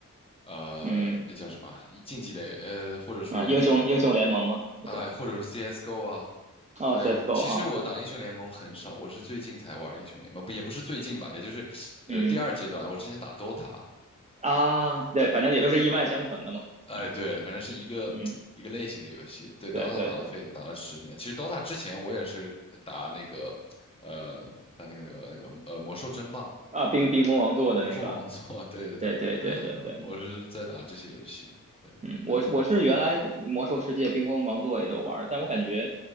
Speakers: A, on the left; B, on the right.
A: 呃，
B: 嗯
A: 那叫什么啊竞技类，呃，或者说就是，
B: 啊，英雄英雄联盟嘛那种。
A: 哎、或者是 CS:GO 啊，
B: 哦，CS:GO
A: 还有，其实我打英雄联盟很少，
B: 啊，
A: 我是最近才玩英雄联盟，不也不是最近吧，也就是，呃，
B: 嗯
A: 第二阶段。我之前打 DOTA，
B: 啊，对，反正也都是一脉相承的嘛。
A: 我，哎，
B: 嗯
A: 对，反正是一个一个类型的游戏。
B: 嗯，
A: 对，DOTA
B: 对对对
A: 打了非打了十年。其实 DOTA 之前我也是打那个，呃，打那个那个那个呃魔兽争霸、
B: 啊，冰冰封王座的那个，
A: 冰封王座。<laughs> 对对对，
B: 对对对对对。
A: 我是在打这些游戏。对，
B: 嗯，
A: 然后
B: 我是我是原来魔兽世界、冰封王座也都玩儿，但我感觉